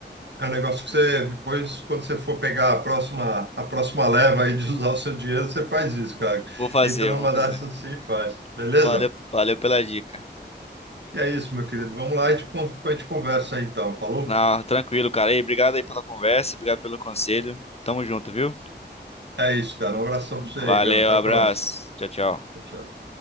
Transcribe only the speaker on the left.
Vou fazer,
vou fazer.
Valeu, valeu pela dica.
Não, tranquilo, cara. E obrigado aí pela conversa, obrigado pelo conselho. Tamo junto, viu?
Valeu,
abraço.
Tchau, tchau.